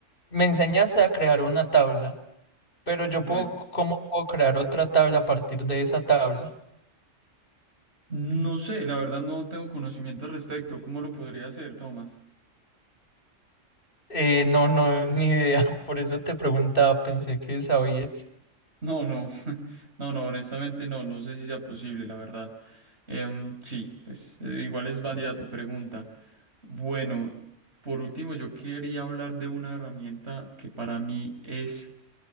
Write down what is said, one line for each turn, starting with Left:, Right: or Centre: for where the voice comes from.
Left: me enseñaste a crear una tabla, pero yo
Right: Correcto.
Left: puedo, ¿cómo puedo crear otra tabla a partir de esa tabla?
Right: No sé, la verdad no tengo conocimiento al respecto. ¿Cómo lo podría hacer, Tomás?
Left: Eh, no, no, ni idea. <laughs> Por eso te preguntaba, pensé que sabías.
Right: No, no, <laughs> no, no, honestamente no, no sé si sea posible, la verdad. Em, sí, pues eh, igual es válida tu pregunta. Bueno, por último, yo quería hablar de una herramienta que para mí es